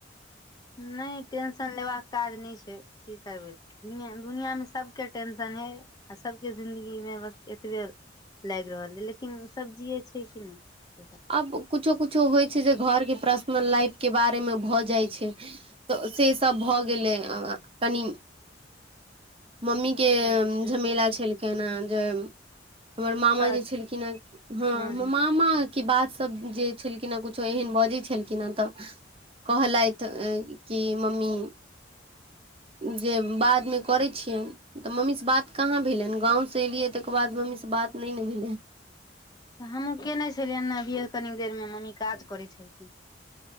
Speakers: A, on the left; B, on the right.
A: नहि टेंशन लेबाका काज नय छै की करबै दुनिया मे सबके टेंशन हे आ सबके जिंन्दगी मे बस ए एतबे लागि रहल ह लेकिन सब जियै छै कि नहि
B: आब किछो किछो होइ छै जे घरके पर्सनल लाइफके बारेमे भऽ जाइ छै तऽ से सब भऽ गेलै कनि मम्मी के
A: अच्छा
B: झमेला छलखिन अहां कें हमर मामा
A: तऽ
B: जे छलखिन हँ
A: हँ
B: हमर मामा गा सब जे छलखिन ह कुछो एहन बाजै छलखिन ह त कहलैत कि ह मम्मी जे बादमे करैत छियनि तऽ मम्मीसँ बात कहाँ भेलइन गाँवसँ एलियै तेकर बाद मम्मीसँ बात नइ न भेल
A: हमहू केयने छलिय ने अभिय कनी देर मे मम्मी काज करै छलखिन